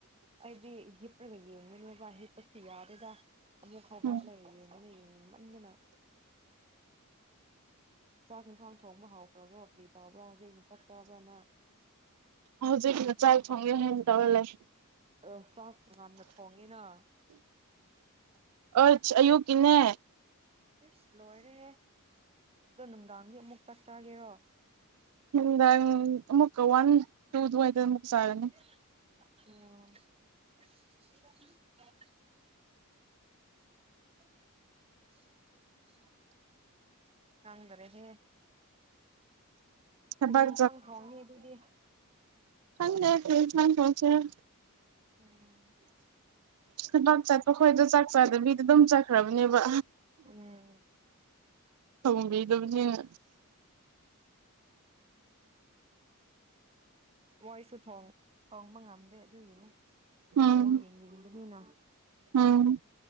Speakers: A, on the right; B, on the right.
A: ꯑꯩꯗꯤ ꯍꯤꯞꯄꯒ ꯌꯦꯡꯉꯦ ꯅꯣꯏꯕꯥ ꯍꯤꯞꯄꯁꯨ ꯌꯥꯗꯦꯗ ꯑꯃꯛ ꯍꯧꯒꯠꯂꯒ
B: ꯎꯝ
A: ꯌꯦꯡꯕꯅꯦ ꯌꯦꯅꯤꯡꯃꯟꯗꯅ ꯆꯥꯛ ꯍꯦꯟꯁꯥꯡ ꯊꯣꯡꯕ ꯍꯥꯎꯔꯕ꯭ꯔꯣ ꯀ꯭ꯔꯤ ꯇꯧꯕ꯭ꯔꯥ ꯍꯧꯖꯤꯛꯀꯤ ꯆꯥꯛꯆꯥꯕ꯭ꯔ ꯅꯪ
B: ꯍꯧꯖꯤꯛꯅ ꯆꯥꯛ ꯊꯣꯡꯉꯦ ꯍꯥꯏꯅ ꯇꯧꯔꯒ ꯂꯩ
A: ꯑꯣ ꯆꯥꯛ ꯀꯅꯥꯅ ꯊꯣꯡꯉꯤꯅꯣ
B: ꯑ ꯑꯌꯨꯛꯀꯤꯅꯦ
A: ꯑꯁ ꯂꯣꯏꯔꯦꯍꯦ ꯑꯗꯣ ꯅꯨꯡꯗꯥꯡꯗꯤ ꯑꯃꯨꯛ ꯆꯥꯛ ꯆꯥꯒꯦꯔꯣ
B: ꯅꯨꯡꯗꯥꯡ ꯑꯃꯨꯛꯀꯥ ꯋꯥꯟ ꯇꯨ ꯑꯗꯨꯋꯥꯏꯗ ꯃꯨꯛ ꯆꯥꯔꯅꯤ
A: ꯑꯣ <inaudible> ꯈꯪꯗ꯭ꯔꯦꯍꯦ
B: ꯊꯕꯛ
A: ꯀꯔꯤ ꯏꯟꯁꯥꯡ ꯊꯣꯡꯅꯤ ꯑꯗꯨꯗꯤ
B: ꯈꯪꯗꯦꯗꯤ ꯀꯩ ꯏꯟꯁꯥꯡ ꯊꯣꯡꯗꯣꯏꯅꯣ
A: ꯎꯝ
B: ꯀꯅꯥꯜ ꯆꯥꯗꯦ ꯑꯩꯈꯣꯏꯗꯣ ꯆꯥꯛ ꯆꯥꯗꯕꯤꯗ ꯗꯨꯝ ꯆꯠꯈ꯭ꯔꯕꯅꯦꯕ
A: ꯎꯝ
B: ꯊꯣꯡꯕꯤꯗꯕꯅꯤꯅꯥ
A: ꯃꯣꯏꯁꯨ ꯊꯣꯡꯕ ꯉꯝꯗꯦ ꯑꯗꯨꯒꯤꯅꯦ
B: ꯎꯝ
A: ꯕꯣꯜ ꯌꯦꯡꯅꯤꯡꯕꯅꯤꯅ
B: ꯎꯝ